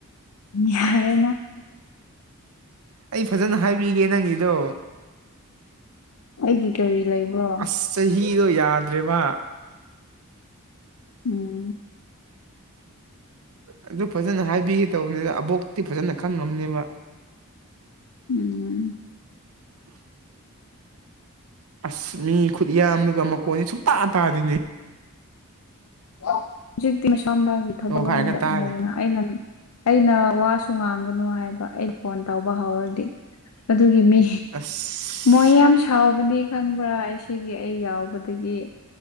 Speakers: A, on the left; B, on the right.
A: ꯌꯥꯔꯦꯅ꯫
B: ꯑꯩ ꯐꯖꯅ ꯍꯥꯏꯕꯤꯒꯦ ꯅꯪꯒꯤꯗꯣ꯫
A: ꯑꯩꯒꯤ ꯀꯔꯤ ꯂꯩꯕ꯭ꯔꯣ꯫
B: ꯑꯁ ꯆꯍꯤꯗꯣ ꯌꯥꯗ꯭ꯔꯦꯕ꯫
A: ꯎꯝ
B: ꯑꯗꯨ ꯐꯖꯅ ꯍꯥꯏꯕꯤꯒꯦ ꯇꯧꯕꯅꯤꯗ ꯑꯕꯣꯛꯇꯤ ꯐꯖꯅ ꯈꯪꯉꯝꯅꯤꯃꯥ꯫
A: ꯎꯝ꯫
B: <inaudible> <unintelligible> ꯑꯁ ꯃꯤ ꯈꯨꯠ ꯌꯥꯝꯗꯨꯒ ꯃꯈꯣꯟꯅꯤ ꯁꯨꯡ ꯇꯥ ꯇꯥꯗꯦꯅꯦ꯫
A: ꯍꯧꯖꯤꯛꯇꯤ ꯃꯁꯥ ꯃꯁꯥꯒꯤ ꯊꯕꯛ
B: ꯑꯣ
A: ꯂꯣꯏꯅ
B: ꯍꯥꯏꯔꯒ
A: ꯆꯠꯅꯔꯦꯅ꯫
B: ꯇꯥꯔꯦ
A: ꯑꯩꯅ ꯑꯩꯅ ꯋꯥꯁꯨ ꯉꯥꯡꯒꯅꯣ ꯍꯥꯏꯕ ꯑꯩꯅ ꯐꯣꯟ ꯇꯧꯕ ꯍꯧꯔꯗꯤ꯫ ꯑꯗꯨꯒꯤ ꯃꯤ꯫
B: ꯑꯁ
A: ꯃꯣꯏ ꯌꯥꯝ ꯁꯥꯎꯕꯅꯦ ꯈꯪꯕ꯭ꯔꯥ ꯁꯤꯒꯤ ꯑꯩ ꯌꯥꯎꯕꯗꯒꯤ꯫